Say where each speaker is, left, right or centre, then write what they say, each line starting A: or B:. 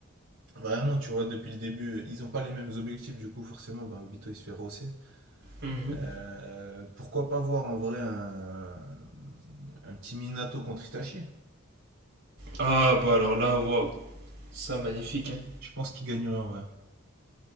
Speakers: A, on the right; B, on the right.
A: Vraiment, tu vois, depuis le début, ils n'ont pas les mêmes objectifs, du coup, forcément, bah, Obito, il se fait rosser.
B: Mhm.
A: Euh, pourquoi pas voir en vrai un, un petit Minato contre Itachi?
B: Ah bah alors là, waouh. Ça, magnifique, hein.
A: Je pense qu'il gagnerait en vrai.